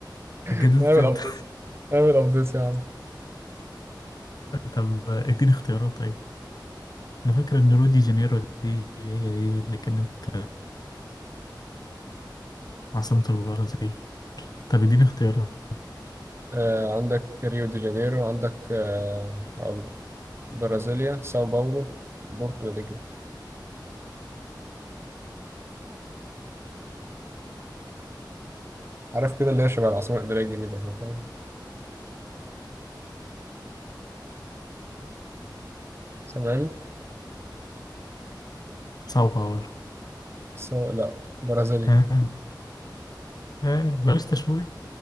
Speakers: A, on the right (about 30°); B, on the left (about 55°).
A: <laughs>
B: <laughs> اتجددت
A: نعمل
B: امتى؟
A: ابديت نعمل ابديت يا عم
B: طب آه، اديني اختيارات طيب انا فاكر ان ريو دي جانيرو دي هي هي اللي كانت عاصمة البرازيل طب اديني اختيارات
A: آه عندك ريو دي جانيرو عندك آه هقول لك برازيليا ساو باولو بورتو ريجو عارف كده اللي هي شبه العاصمة الإدارية الجديدة كده، فاهم؟ سامعني؟
B: ساو باولو
A: سو لا برازيلي
B: ها ها بلاش تشويق